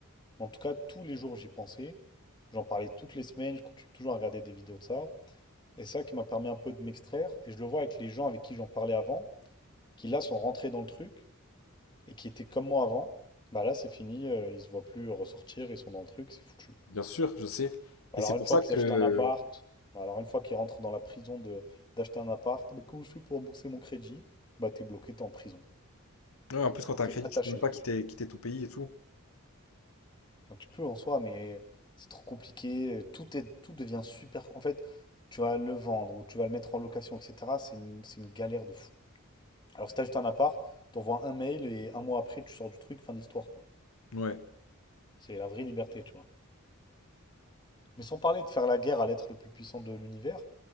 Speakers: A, on the left (about 20°); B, on the left (about 75°).
A: En tout cas, tous les jours, j'y pensais. J'en parlais toutes les semaines, je continue toujours à regarder des vidéos de ça. Et ça qui m'a permis un peu de m'extraire. Et je le vois avec les gens avec qui j'en parlais avant, qui là sont rentrés dans le truc et qui étaient comme moi avant. Bah là, c'est fini, euh, ils se voient plus ressortir, ils sont dans le truc, c'est foutu.
B: Bien sûr, je sais.
A: Alors
B: Et c'est pour
A: une fois
B: ça
A: qu'ils
B: que...
A: achètent un appart, alors une fois qu'ils rentrent dans la prison de d'acheter un appart, bah, comment je fais pour rembourser mon crédit? Bah t'es bloqué, t'es en prison,
B: Ouais, en plus, quand t'as
A: t'es
B: un crédit,
A: attaché.
B: tu peux même pas quitter, quitter ton pays et tout.
A: Enfin, tu peux en soi, mais c'est trop compliqué. Tout est, tout devient super. En fait, tu vas le vendre ou tu vas le mettre en location, etc. C'est une, c'est une galère de fou. Alors que si t'achètes un appart, t'envoies un mail et un mois après tu sors du truc, fin de l'histoire, quoi.
B: Ouais.
A: C'est la vraie liberté, tu vois. Mais sans parler de faire la guerre à l'être le plus puissant de l'univers,